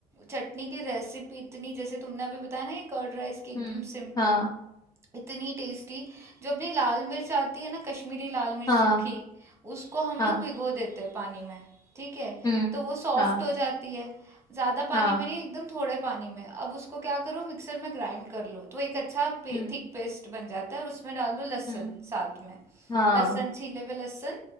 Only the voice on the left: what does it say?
हम्म
हाँ
हाँ
हाँ
हम्म
हाँ
हाँ
हम्म
हम्म
हाँ